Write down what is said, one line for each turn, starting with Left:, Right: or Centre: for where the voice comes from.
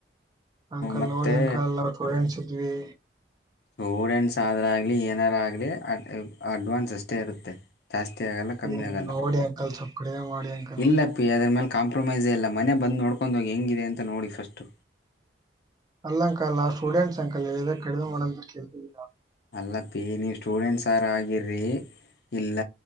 Right: ಅಂಕಲ್
Left: ಮತ್ತು
Right: ನೋಡಿ ಅಂಕಲ್ ನಾವ್ ಸ್ಟೂಡೆಂಟ್ಸ್ ಇದ್ವಿ.
Left: ಸೂಡೆಂಟ್ಸ್ ಆದರಾಗಲಿ ಏನಾರಾಗಲಿ ಅ ಅಡ್ವಾನ್ಸ್ ಅಷ್ಟೇ ಇರುತ್ತೆ. ಜಾಸ್ತಿ ಆಗಲ್ಲ ಕಮ್ಮಿ
Right: ಏ,
Left: ಆಗಲ್ಲ
Right: ನೋಡಿ ಅಂಕಲ್ ಸ್ವಲ್ಪ ಕಡಿಮೆ ಮಾಡಿ ಅಂಕಲ್
Left: ಇಲ್ಲ ಪಿ ಅದ್ರ ಮೇಲ್ ಕಾಂಪ್ರಮೈಸೇ ಇಲ್ಲ ಮನೆ ಬಂದ ನೋಡ್ಕೊಂಡ ಹೋಗಿ ಹೆಂಗಿದೆ ಅಂತ ನೋಡಿ ಫಸ್ಟು.
Right: ಅಲ್ಲ ಅಂಕಲ್ ಆ ಸ್ಟೂಡೆಂಟ್ಸ್ ಅಂಕಲ್ ಕಡಿಮೀ <unintelligible>
Left: ಅಲ್ಲ ಪಿ ನೀವು ಸ್ಟೂಡೆಂಟ್ಸ್ರ ಆಗಿರಿ. ಇಲ್ಲ